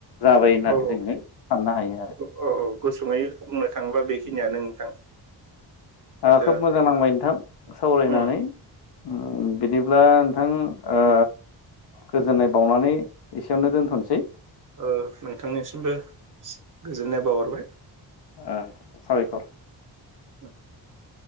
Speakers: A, on the left (about 70°); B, on the right (about 50°).
A: जाबाय होननानै
B: औ
A: जोङो साननो हायो आरो।
B: औ औ गुसुङै बुंनो थाङोब्ला बेखिनियानो। नोंथां
A: ओ
B: दा
A: खोब मोजां नांबाय नोंथां सावरायनानै
B: ओ
A: उम बिदिब्ला नोंथां ओ गोजोननाय बावनानै एसेयावनो दोनथ'नोसै
B: ओ नोंथांनिसिमबो गोजोननाय बावहरबाय।
A: ओ साबायखर
B: उ <inaudible>